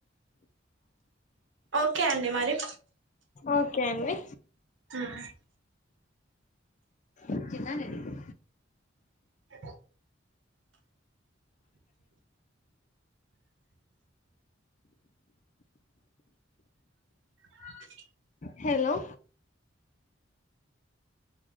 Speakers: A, on the right; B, on the left.
A: ఓకే అండి మరి
B: ఓకే అండి
A: ఆహా
B: ఇచ్చిన్న నేను నీకు
A: అ <inaudible>
B: హెలో